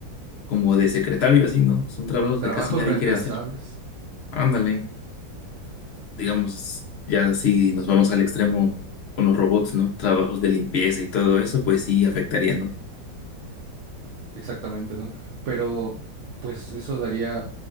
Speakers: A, on the left; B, on the right.
A: como de secretario, así, ¿no? Son trabajos
B: Trabajos
A: que casi nadie
B: reemplazables,
A: quiere hacer. Ándale, digamos, ya así nos vamos al extremo con los robots, ¿no? Trabajos de limpieza y todo eso, pues sí afectaría, ¿no?
B: exactamente, ¿no? Pero pues eso daría